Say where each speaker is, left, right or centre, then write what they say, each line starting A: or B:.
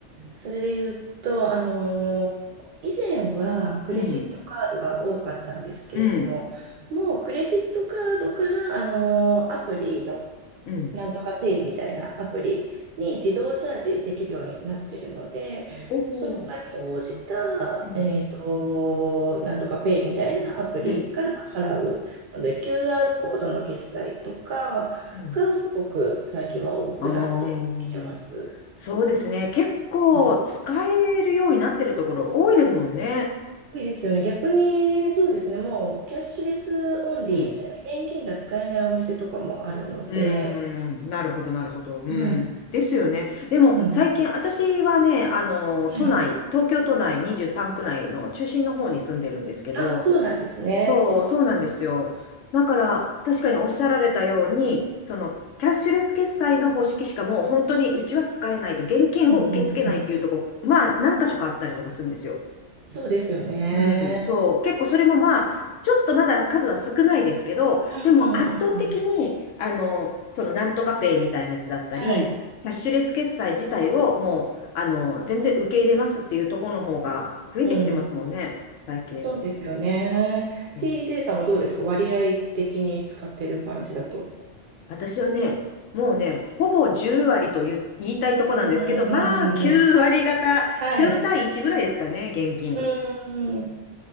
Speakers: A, on the right; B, on the left.
A: それで言うと、あのー以前はクレジットカードが多かったんですけれども、
B: うん、うん、
A: もうクレジットカードから、あのーアプリの
B: うん。
A: なんとかペイみたいなアプリに自動チャージできるようになってるので、
B: おお、
A: その場に応じた、
B: うん、
A: えっと、なんとかペイみたいなアプリから払うので、
B: うん、
A: QR コードの決済とかがすごく最近は多くなってきてます。
B: うん。あーそうですね。結構使えるようになってるところ多いですもんね。
A: はい。多いですよね。逆に、そうですね。もう、キャッシュレスオンリーみたいな、
B: うん。
A: 現金が使えないお店とかもあるので、
B: うーん。なるほど、なるほど。うん。
A: はい。
B: ですよね。でも最近私はね、
A: うん。
B: あの、
A: はい。
B: 都内、東京都内23区内の中心の方に住んでるんですけど、
A: あ、そうなんですね。
B: そう、そうなんですよ。だから確かにおっしゃられたように、その、キャッシュレス決済の方式しかもう本当にうちは使えないと、現金を受け付けないっていうとこ、
A: うんうんうん。
B: まあ何箇所かあったりとかするんですよ。
A: そうですよね。
B: うん、そう、結構それもまあ、ちょっとまだ数は少ないですけど、
A: うんうんうんうん。
B: でも圧倒的に、あの、そのなんとかペイみたいなやつだったり、
A: はい。
B: キャッシュレス決済自体をもう、あの、全然受け入れますっていうところの方が増えてきてますもんね、
A: うん。
B: 最近。
A: そうですよね。
B: そう
A: TJ さんはどうですか割合的に使ってる感じだと。
B: 私はね、もうね、ほぼ10割と言、言いたいとこなんですけど、
A: うんうんうんうんうん。
B: まあ、9割方、
A: はい。
B: 9対1ぐらいですかね、現金。
A: うん。